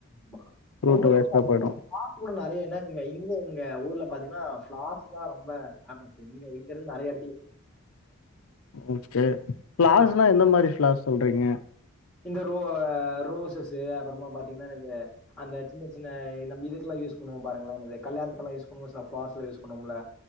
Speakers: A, in the centre; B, on the left.
A: ஆமா.
B: ஃப்ரூட்டு
A: இன்னும்
B: வேஸ்டா
A: கொஞ்சம்
B: போயிடு
A: ஆர்ட் கூட நறைய என்ன இங்க இங்க இங்க ஊர்ல பாத்தீங்னா ஃப்ளார்ஸ் தா ரொம்ப பேமஸ் இங்க இருந் நறையடத்தி
B: ஓகே ஃபிளார்ஸ்னா
A: அ
B: எந்த மாறி ஃபிளார்ஸ் சொல்றீங்க
A: இந்த ரோ ரோசஸ்ஸீ அப்பறமா பாத்தீங்னா இந்த அந்த சின்ன சின்ன நம்ம இதுகெலா யூஸ் பண்ணுவோ பாருங்கள என்னது கல்யாணத்துக் கெலா யூஸ் பண்ணுவோ சில ஃபிளார்ஸ்லா யூஸ் பண்ணுவோம்ல